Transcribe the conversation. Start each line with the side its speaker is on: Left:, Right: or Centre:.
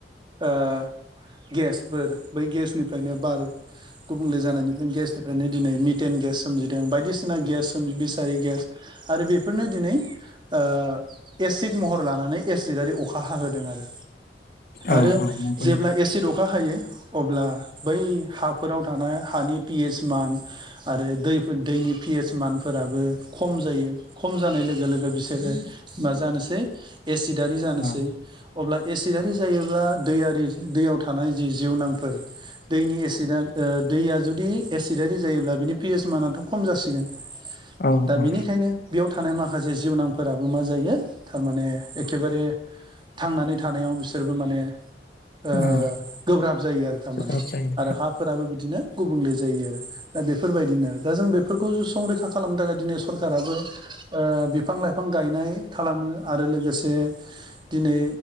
Right: ओ गेसफोर बै गेसनिफ्रायनो बार गुबुंले जानायनिफ्राय गेसनि फ्रायनो दिनै मिटेन गेस सोमजिदों बायदिसिना गेस बिसारि गेस आरो बेफोरनो दिनै ओ एसिड महर लानानै एसिड आरि अखा हाहोदों आरो
Left: औ
Right: आरो
Left: औ नंगौ
Right: जेब्ला
Left: नोंथां
Right: एसिड अखा हायो। अब्ला बै हाफोराव थानाय हानि पि एस मान आरो दैफोर दैनि पि एस मानफोराबो खम जायो खम जानाय लोगो लोगो लोगो बिसोरो मा जानोसै एसिडारि जानोसै
Left: औ
Right: अब्ला एसिडारि जायोब्ला दैयारि दैयाव थानाय जि जिउनांफोर दैनि एसिडा दैया जुदि एसिडारि जायोब्ला बिनि पि एस मानाथ' खम जासिगोन।
Left: औ
Right: दा
Left: औ
Right: बेनिखायनो बेयाव थानाय माखासे जिउनांफोराबो मा जायो थारमाने एखेबारे थांनानै थानायाव बिसोरबो माने ओ
Left: औ
Right: गोब्राब जायो आरो थारमाने
Left: गोब्राब जायो
Right: आरो हा फोराबो बिदिनो गुबुंले जायो आरो दा बेफोरबायदिनो आरो दा जों बेफोरखौ संरैखा खालामनो थाखायै सरकार राबो ओ बिफां लाइफां गायनाय खालामो आरो लोगोसे दिनै